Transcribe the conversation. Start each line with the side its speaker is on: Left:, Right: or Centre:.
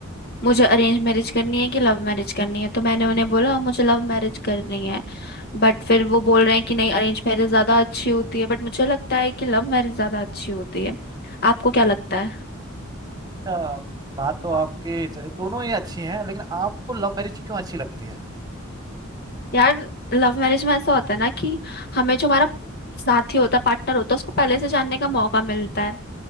Left: मुझे अरेंज मैरिज करनी है कि लव मैरिज करनी है तो मैंने उन्हें बोला "हाँ, मुझे लव मैरिज करनी है बट फिर वो बोल रहे हैं कि नहीं अरेंज मैरिज ज्यादा अच्छी होती है बट मुझे लगता है कि लव मैरिज ज्यादा अच्छी होती है आपको क्या लगता है
Right: अच्छा बात तो आपकी स- दोनों ही अच्छी हैं लेकिन आपको लव मैरिज क्यों अच्छी लगती है
Left: यार लव मैरिज में ऐसा होता है ना कि हमें जो हमारा साथी होता है पार्टनर होता है उसको पहले से जानने का मौका मिलता है